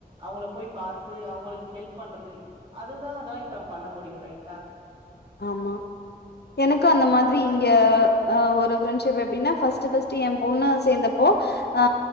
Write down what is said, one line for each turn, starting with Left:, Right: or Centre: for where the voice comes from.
Right: அவ்ங்கள போய் பாத்து அவுங்களுக்கு ஹெல்ப் பண்றது அததா அத இப்ப நம்ம பண்ண முடியும் ரைட்டா
Left: ஆமா எனக்கு அந்த மாதிரி இங்க அ ஒரு ஃப்ரெண்ட்ஷிப் எப்டின்னா ஃபஸ்ட் ஃபஸ்ட் எ பொண்ண சேந்தப்போ ஆ